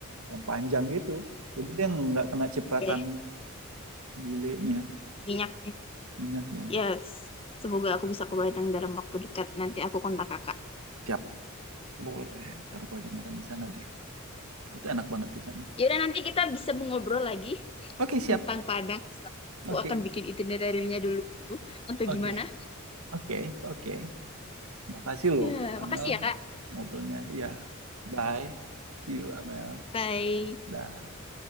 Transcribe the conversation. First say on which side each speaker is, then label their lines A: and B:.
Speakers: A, on the right; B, on the left.
A: yang panjang gitu jadi dia nggak kena cipratan
B: ya.
A: gulenya
B: Minyak
A: minyaknya
B: Yes, semoga aku bisa ke Padang dalam waktu dekat. Nanti aku kontak kakak.
A: siap boleh ntar aku ajak makan di sana deh itu enak banget di sana
B: Yaudah, nanti kita bisa mengobrol lagi
A: oke siap
B: tentang Padang. Aku
A: oke
B: akan bikin itinerary-nya dulu. Untuk gimana?
A: oke Oke, oke. Makasih loh,
B: Ya,
A: Amel,
B: makasih ya, Kak.
A: ngobrolnya. Ya, bye. See you, Amel.
B: Bye.
A: Bye.